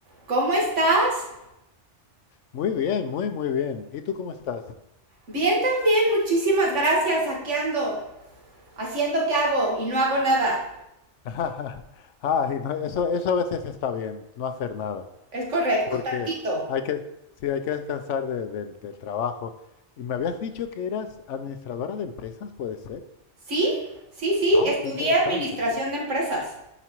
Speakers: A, on the right; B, on the left.
A: ¿Cómo estás?
B: Muy bien, muy, muy bien. ¿Y tú cómo estás?
A: Bien también, muchísimas gracias. Aquí ando, haciendo qué hago y no hago nada.
B: <laughs> Ay, no, eso, eso a veces está bien, no hacer nada,
A: Es correcto,
B: porque
A: tantito.
B: hay que, sí, hay que descansar de- del del trabajo. Y me habías dicho que eras administradora de empresas, ¿puede ser?
A: ¿Sí? Sí, sí,
B: Ah,
A: estudié
B: qué interesante,
A: administración de empresas.